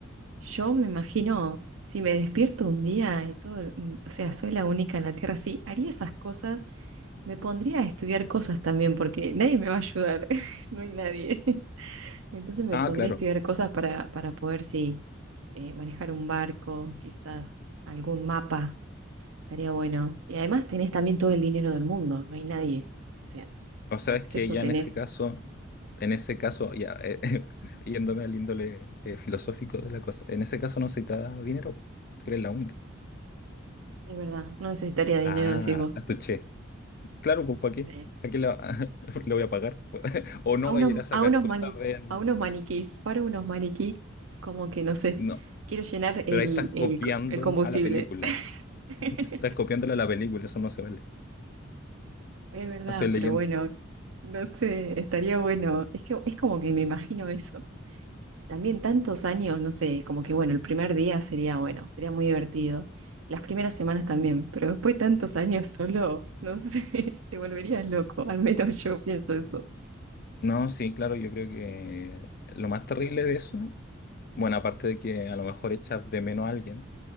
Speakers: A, on the right (about 80°); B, on the left (about 50°).
A: Yo me imagino, si me despierto un día y todo, el- mm, o sea, soy la única en la Tierra, sí, haría esas cosas, me pondría a estudiar cosas también, porque nadie me va a ayudar, <laughs> no hay nadie. Entonces me
B: ah,
A: podría
B: claro.
A: estudiar cosas para, para poder, sí, eh, manejar un barco, quizás algún mapa, estaría bueno. Y además tenés también todo el dinero del mundo, no hay nadie. O sea,
B: O sea,
A: acceso
B: es que ya
A: tenés.
B: en ese caso, en ese caso, ya eh, <laughs> yéndome al índole eh, filosófico de la cosa, en ese caso no se te dinero, si eres la única.
A: Es verdad, no necesitaría dinero,
B: Ah,
A: decís vos.
B: a tu che. Claro, pues ¿para qué?
A: Sí.
B: ¿A qué le, va- <laughs> le voy a pagar? <laughs> O no
A: A unos,
B: va a ir a sacar
A: a unos
B: cosas,
A: mani-
B: vean.
A: a unos maniquís, para unos maniquís, como que no sé,
B: No,
A: quiero llenar el,
B: pero ahí estás
A: el,
B: copiando
A: co- el combustible.
B: a la película.
A: <laughs>
B: Estás copiándole a la película, eso no se vale.
A: Es verdad,
B: No soy leyendo.
A: pero bueno, no sé, estaría bueno. Es que es como que me imagino eso. También tantos años, no sé, como que bueno, el primer día sería bueno, sería muy divertido. Las primeras semanas también, pero después de tantos años solo, no sé, <laughs> te volverías loco, al menos yo pienso eso.
B: No, sí, claro, yo creo que lo más terrible de eso, bueno, aparte de que a lo mejor echas de menos a alguien